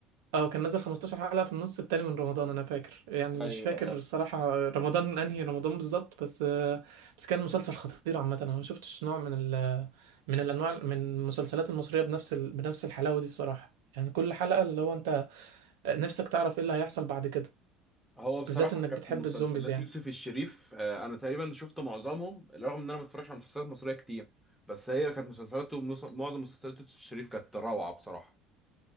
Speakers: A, on the right (about 80°); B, in the centre.
A: اه كان نزل 15 حلقة في النص التاني من رمضان انا فاكر يعني مش
B: ايوه
A: فاكر
B: اه
A: الصراحة رمضان انهي رمضان بالظبط بس بس كان مسلسل خطير عامة انا ما شفتش نوع من ال من الانواع من المسلسلات المصرية بنفس ال... بنفس الحلاوة دي الصراحة يعني كل حلقة اللي هو انت نفسك تعرف ايه اللي هيحصل بعد كده
B: هو بصراحة
A: بالذات انك
B: كانت
A: بتحب
B: مسلسلات
A: الزومبيز يعني
B: يوسف الشريف آه، أنا تقريبا شفت معظمهم رغم إن أنا ما بتفرجش على مسلسلات مصرية كتير بس هي كانت مسلسلاته مس- معظم مسلسلات يوسف الشريف كانت روعة بصراحة